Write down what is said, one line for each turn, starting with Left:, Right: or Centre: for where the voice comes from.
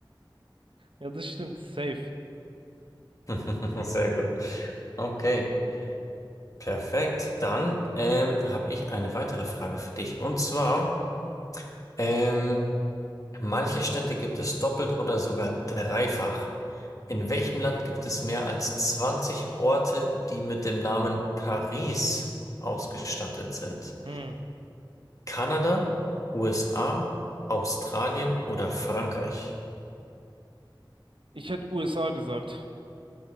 Right: Ja, das stimmt, safe.
Left: <laughs> Sehr gut. Okay, perfekt. Dann ähm, habe ich eine weitere Frage für dich. Und zwar, ähm, Manche Städte gibt es doppelt oder sogar dreifach. In welchem Land gibt es mehr als 20 Orte, die mit dem Namen Paris ausgestattet sind?
Right: Hm.
Left: Kanada, USA, Australien oder Frankreich?
Right: Ich hätte USA gesagt.